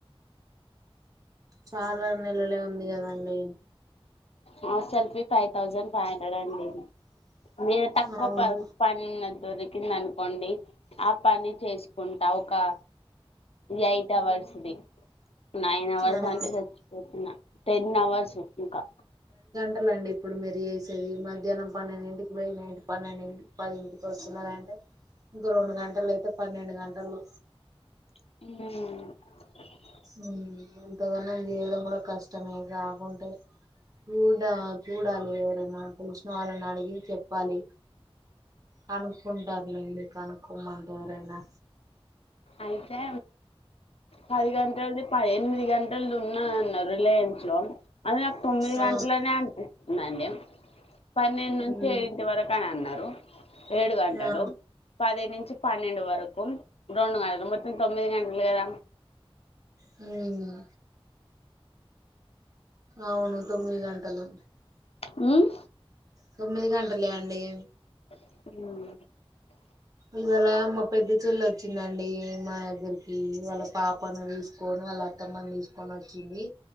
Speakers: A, on the right; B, on the left.
A: చాలా నెలలే ఉంది కదండి
B: హ selfie five thousand five hundred అండి ఏ తక్కువ
A: అవును
B: ప పని దొరికిందనుకోండి ఆ పని చేసుకుంటా ఒక ఈ ఎయిట్ అవర్స్ది నైన్ అవర్స్
A: ఆ
B: అంటే చచ్చిపోతున్నా టెన్ అవర్స్ ఇంకా
A: టలండి ఇప్పుడు మీరు చేసేది మధ్యాహ్నం పన్నెండింటికి పోయి నైట్ పన్నెండింటికి పదింటికి వస్తున్నారంటే ఇంకో రెండు గంటలు అయితే పన్నెండు గంటలు
B: హ్మ్
A: హ్మ్ ఇంతకన్నా చేయడం కూడా కష్టమే కాకుంటే రూడ చూడాలి ఎవరనా తెలిసినా వాళ్ళని అడిగి చెప్పాలి కనుక్కుంటారులేండి కనుక్కోమంటే ఎవరైనా
B: అయితే పది గంటలది పది ఎనిమిది గంటలు ది ఉం ఉన్నాదన్నారు రిలయన్స్ లో అది నాకు తొమ్మిది
A: ఆ
B: గంటలనే అనిపిస్తుందండి పన్నెండు నుంచి
A: ఉమ్
B: ఏడింటి వరకు అని అన్నారు ఏడు గంటలు
A: ఆ
B: పది నుంచి పన్నెండు వరకు రెండు <unintelligible> మొత్తం తొమ్మిది గంటలు గదా
A: హ్మ్ అవును తొమ్మిది గంటలు
B: హ్మ్
A: తొమ్మిది గంటలే అండి
B: హ్మ్
A: ఇవాళ మా పెద్ద చెల్లి వచ్చిందండి మా దగ్గరికి వాళ్ళపాపను తీసుకోని వాళ్ళ అత్తమ్మని తీసుకొని వచ్చింది